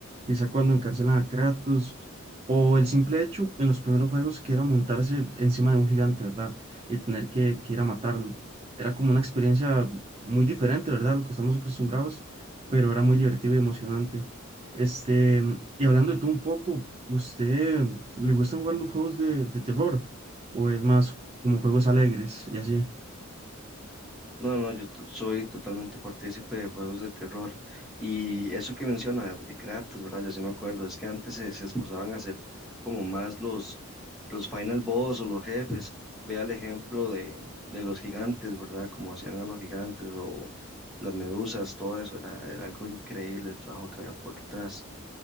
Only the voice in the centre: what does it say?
No, no, yo to- soy totalmente partícipe de juegos de terror. Y eso que menciona de, de Kratos, ¿verdad? Yo sí me acuerdo, es que antes se, se esforzaban a hacer como más los, los final boss o los jefes. Vea el ejemplo de, de los gigantes, ¿verdad? Como hacían a los gigantes o las medusas, todo eso. Era, era algo increíble el trabajo que había por detrás.